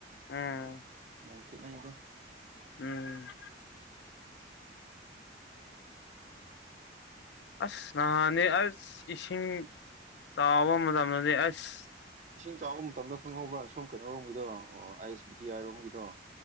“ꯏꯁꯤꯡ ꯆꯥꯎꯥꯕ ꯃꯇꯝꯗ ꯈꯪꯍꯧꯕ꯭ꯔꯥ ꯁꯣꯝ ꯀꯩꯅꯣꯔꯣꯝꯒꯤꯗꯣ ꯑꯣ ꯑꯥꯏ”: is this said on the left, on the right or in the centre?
Right